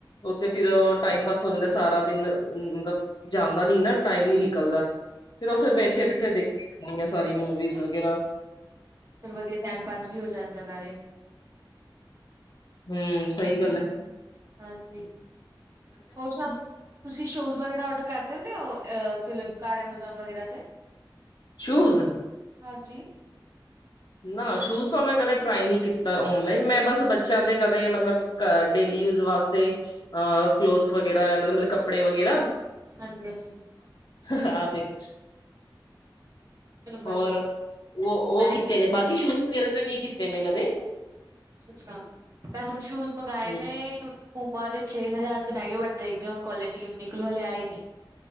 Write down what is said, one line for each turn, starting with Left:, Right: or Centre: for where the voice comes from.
Left: ਉੱਥੇ
Right: ਹਾਂਜੀ
Left: ਫੇਰ ਟਾਈਮ ਬਸ ਹੋ ਜਾਂਦਾ ਸਾਰਾ ਦਿਨ ਮਤਲਬ ਜਾਂਦਾ ਨੀ ਨਾ ਟਾਈਮ ਨੀ ਨਿਕਲਦਾ ਫੇਿਰ ਉੱਥੇ
Right: ਹਾਂਜੀ
Left: ਬੈਠੇ
Right: ਹਾਂਜੀ
Left: ਉੱਥੇ ਦੇਖ ਕੇਦੀ ਆ ਸਾਰੀ ਮੂਵੀਜ਼ ਵਗੈਰਾ
Right: ਚਲੋ ਵਧੀਆ ਟਾਈਮ ਪਾਸ ਵੀ ਹੋ ਜਾਂਦਾ ਨਾਲੇ।
Left: ਹਮ ਸਈ ਗੱਲ ਏ।
Right: ਹਾਂਜੀ ਹੋਰ ਸਬ ਤੁਸੀਂ ਸ਼ੂਜ਼ ਵਗੈਰਾ ਓਰਡਰ ਕਰ ਦੇਨੈ ਓ ਫਲਿਪਕਾਰਟ ਐਮਾਜੋਨ ਵਗੈਰਾ ਤੇ।
Left: ਸ਼ੂਜ਼
Right: ਹਾਂਜੀ
Left: ਨਾ ਸ਼ੂਜ ਤੋਂ ਮੈਂ ਕਦੇ ਟਰਾਈ ਨੀ ਕੀਤਾ ਓਨਲਾਈਨ ਮੈਂ ਬਸ ਬੱਚਿਆਂ ਦੇ ਕਦੇ ਮਤਲਬ ਅ ਡੇਲੀ ਯੂਜ ਵਾਸਤੇ ਅ ਕਲੋਥਸ ਵਗੈਰਾ ਇਹਨਾਂ ਦੇ ਮਤਲਬ ਕੱਪੜੇ ਵਗੈਰਾ
Right: ਹਾਂਜੀ, ਹਾਂਜੀ
Left: ਹਾਂ ਦੇਖ
Right: ਚਲੋ ਵਧੀਆ
Left: ਹੋਰ ਉਹ ਉਹ
Right: ਮੈਂ
Left: ਕਿ
Right: ਵੀ
Left: ਬਾਕੀ ਸ਼ੂਜ਼ ਵਗੈਰਾ ਤਾਂ ਨਹੀਂ ਕੀਤੇ ਮੈਂ ਕਦੇ
Right: ਅੱਛਾ ਮੈਂ ਹੁਣ ਸ਼ੂਜ ਮੰਗਵਾਏ
Left: ਹੂੰ
Right: ਨੇ ਪੂਮਾ ਦੇ ਛੇ ਹਜ਼ਾਰ ਬੈਗੇ ਹੀ ਬੱਦੇਏ ਇੱਕ ਕਆਲਿਟੀ ਕਿ ਨਿਕਲੂ ਵਾਲੇ ਆਏ ਨੀਂ